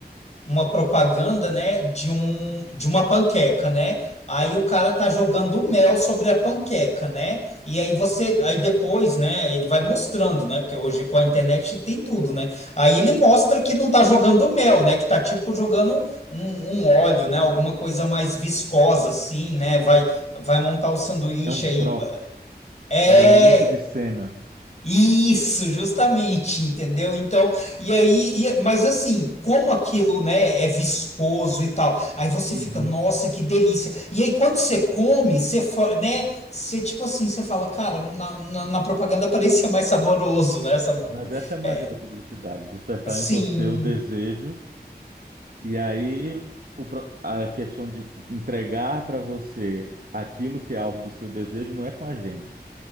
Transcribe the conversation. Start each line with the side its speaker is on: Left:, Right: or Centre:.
Left: uma propaganda, né, de um, de uma panqueca, né? Aí o cara tá jogando mel sobre a panqueca, né? E aí você, aí depois, né, ele vai mostrando, né? Porque hoje com a internet tem tudo, né? Aí ele mostra que não tá jogando mel, né? Que tá tipo jogando um, um óleo, né? Alguma coisa mais viscosa, assim, né? Vai Vai montar o sanduíche
Right: É um prop,
Left: aí. ba- É,
Right: é um elemento de cena.
Left: isso, justamente, entendeu? Então, e aí, e- mas assim, como aquilo, né, é viscoso e tal, aí você
Right: Uhum.
Left: fica, nossa, que delícia. E aí, quando você come, você, fa- né, você tipo assim, você fala, cara, na, na, na propaganda <laughs> parecia mais saboroso, né? Essa,
Right: Mas essa é a magia
Left: é,
Right: da publicidade, despertar
Left: assim,
Right: em você o desejo E aí o pro- a questão de entregar para você aquilo que é alvo do seu desejo não é com a gente,